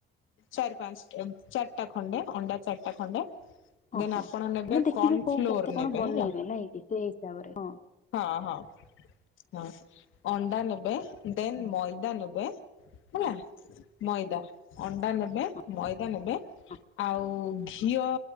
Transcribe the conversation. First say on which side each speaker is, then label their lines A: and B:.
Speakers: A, on the left; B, on the left.
A: ଚାରି ପାଞ୍ଚ ଚାରିଟା ଖଣ୍ଡେ ଅଣ୍ଡା ଚାରିଟା ଖଣ୍ଡେ। ଦେନ୍
B: ଅ ହ
A: ଆପଣ ନେବେ
B: ମାନେ ଦେଖିବେ
A: କର୍ଣଫ୍ଲୋର
B: କୋଉ କେତେ କଣ
A: ନେବେ
B: ବନେଇବେ
A: ହେଲା
B: ନାଇଁ କି ସେଇ ହିସାବରେ ହଁ।
A: ହଁ ହଁ ହଁ ଅଣ୍ଡା ନେବେ ଦେନ୍ ମଇଦା ନେବେ। ହେଲା,
B: ହଁ
A: ମଇଦା ଅଣ୍ଡା ନେବେ।
B: ହଁ
A: ମଇଦା ନେବେ
B: ହଁ
A: ଆଉ ଘିଅ